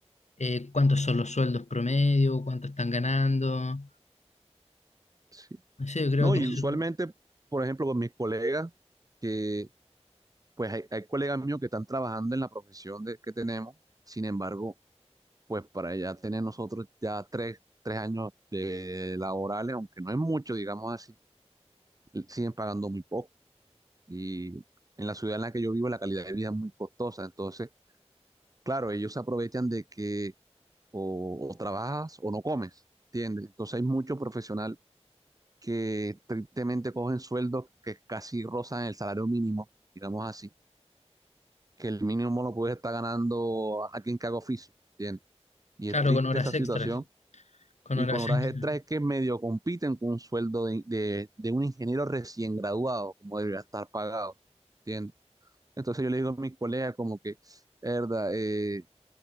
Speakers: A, on the left; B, on the right.
A: eh, cuántos son los sueldos promedio, cuánto están ganando.
B: Sí.
A: No sé, yo creo
B: No,
A: que
B: y
A: No, eso,
B: usualmente, por ejemplo, con mis colegas, que pues hay, hay colegas míos que están trabajando en la profesión de, que tenemos, sin embargo, pues para ya tener nosotros ya tres, tres años de laborales, aunque no es mucho, digamos así, siguen pagando muy poco. Y en la ciudad en la que yo vivo la calidad de vida es muy costosa, entonces, claro, ellos se aprovechan de que o, o trabajas o no comes, ¿entiendes? Entonces hay mucho profesional que tristemente cogen sueldos que casi rozan el salario mínimo, digamos así, que el mínimo lo puede estar ganando alguien que haga oficio, ¿entiendes? Y
A: Claro,
B: es triste
A: con horas
B: esa situación.
A: extras, con
B: Y
A: horas
B: con horas
A: extras.
B: extras es que medio compiten con un sueldo de, de- de un ingeniero recién graduado, como debería estar pagado, ¿entiendes? Entonces yo le digo a mis colegas como que, verdad, eh,